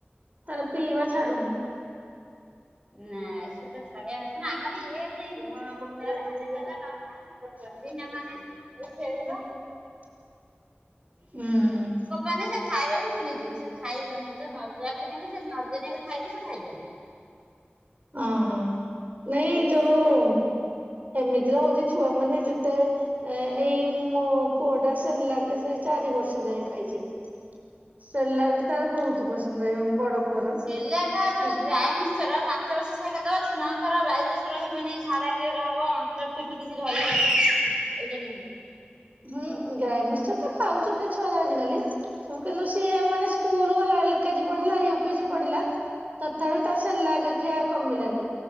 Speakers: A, on the right; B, on the right.
A: ତାର ପିଇବା ଛାଡୁନି।
B: ନା ସେଟା ଛାଡିବା କଥା ନା ଆମର ଇଏ ଏତେ
A: <inaudible>
B: ତାର ହେନେ ହେଲା ନହେନେ ନାହିଁ ଦିନେ ମାନେ ଏ ଖେଳିବ
A: ହୁଁ।
B: ମାନେ ସେ ଖାଇବା ବି ଭୁଲିଯିବେ ସେ ଖାଇବନି ସେ ନ ଡାକିନେ ବି ସେ ନ ଦେନେ ବି ଖାଇତେ ସେ ଖାଇବନି।
A: ଅଁ ହଁ ନାଇଁ
B: ଗୋଟେ
A: ଯୋଉ
B: ଛୁ
A: ହେମିତିରେ ହଉଚି ଛୁଆ ମାନେ ଯେତେ ଏ ଏଇ ମୋ ପୁଅ ଟା ସେରଲାକ ସେ ଚାରି ବର୍ଷ ଯାଏ ଖାଇଚି। ସେରଲାକ୍ ଟି ତାର ବହୁତ ପସନ୍ଦ ହେଇ ବଡ ପୁଅର।
B: ସେଲାକ୍
A: ସେ
B: ଯୋଉ ଗାଈ ମି ସେରା ପାଞ୍ଚ ବର୍ଷ ସାଇକା ଦବ ଛୁଆଙ୍କର ବାୟୁଦୋଷ ରହିବନି ଝାଡା କ୍ଲିୟର ହବ। ଟା ପିଠି କିଛି ଧରିବନି ଏଇଟା ନୁହେଁ।
A: ହୁଁ ଗାଇ ମିକ୍ସଚର ତ ଖାଉଛନ୍ତି ଛୁଆରା ଆଜିକାଲି। ସବୁ କିନ୍ତୁ ସିଏ ମାନେ ସ୍କୁଲ ଗଲା କେଜି ପଢିଲା ୟୁ କେଜି ପଢିଲା ତଥାପି ତା ସରେଲାକ ଖିଆ କମିଲାନି।